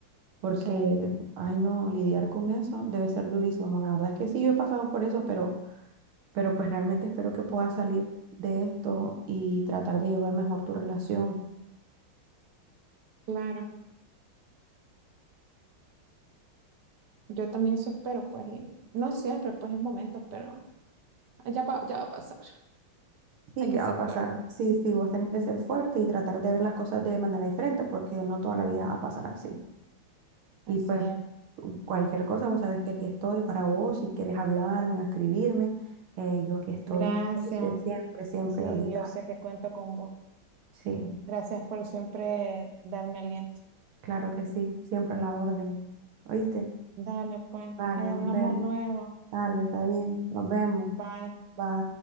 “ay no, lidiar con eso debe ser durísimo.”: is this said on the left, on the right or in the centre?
Right